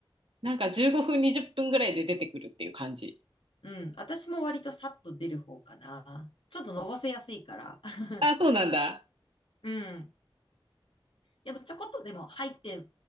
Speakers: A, on the right; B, on the left.
A: なんか15分、20分ぐらいで出てくるっていう感じ。
B: うん。私も割とさっと出る方かな。ちょっとのぼせやすいから。<laughs>
A: あ、そうなんだ。
B: うん。でもちょこっとでも入って